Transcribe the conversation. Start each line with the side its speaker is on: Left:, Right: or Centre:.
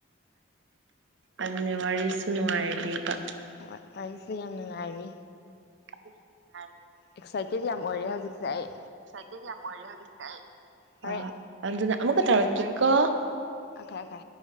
Right: ꯑꯗꯨꯅꯦ ꯋꯥꯔꯤꯁꯨ ꯅꯨꯡꯉꯥꯏꯔꯤꯕꯕ
Left: ꯍꯣꯏ ꯑꯩꯁꯦ ꯌꯥꯝ ꯅꯨꯡꯉꯥꯏꯔꯤ
Right: <inaudible>
Left: ꯑꯦꯛꯁꯥꯏꯇꯦꯠ ꯌꯥꯝ ꯑꯣꯏꯔꯦ ꯍꯧꯖꯤꯛꯁꯦ ꯑꯩ
Right: ꯁꯥꯏꯀꯦꯁꯦ ꯌꯥꯝ ꯑꯣꯏꯔꯦ ꯍꯧꯖꯤꯛꯇꯤ ꯑꯩ
Left: ꯍꯣꯔꯦꯟ
Right: ꯑ ꯑꯟꯖꯅ ꯑꯃꯨꯛ ꯀ ꯇꯩꯔꯛꯀꯦꯀꯣ
Left: ꯑꯣꯈꯦ ꯑꯣꯈꯦ